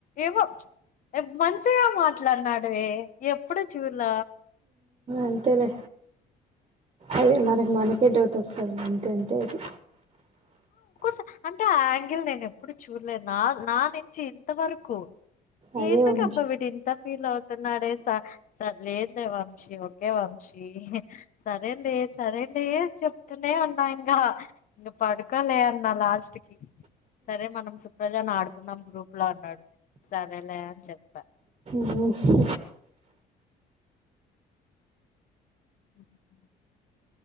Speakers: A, on the left; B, on the right.
A: ఏమో మంచిగా మాట్లాడినాడు వే ఎప్పుడు చూడ్ల
B: అంతలే అదే మనకు మనకే డౌట్ వస్తుంది అంత అంటే అది
A: స అంటే ఆహ్ ఆంగల్ నేను ఏ ప్పుడు చూడలేదు నా నా నే చి ఇంత వరకు
B: అదే
A: ఎందుకు
B: వంశీ
A: అబ్బా వీడు ఇంత ఫీల్ అవుతున్నాడే స స లేదులే వంశీ ఓకే వంశీ సరే లే సరే లే అని చెప్తూనే ఉన్నా ఇంకా ఇంక పడు ఇక్క లే అన్నా లాస్ట్ కి సరే మనం సుప్రజను ఆడుకుందాం గ్రూప్ లో అన్నాడు సరే లే అని చెప్పా
B: గు <unintelligible>
A: <unintelligible>